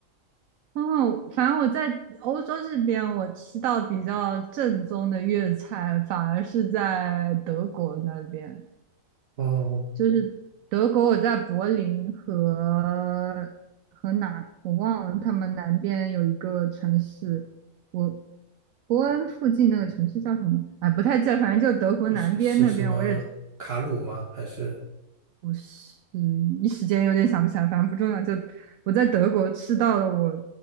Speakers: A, on the right; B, on the right.
A: 哦，反正我在欧洲这边，我吃到比较正宗的粤菜，反而是在德国那边。
B: 哦，
A: 就是德国，我在柏林和和哪儿我忘了，他们南边有一个城市，我伯恩附近那个城市叫什么？哎，不太记得，反正就德国南边那边，
B: 是是什么卡鲁吗？
A: 我也
B: 还是
A: 不是一时间有点想不起来，反正不重要。就我在德国吃到了我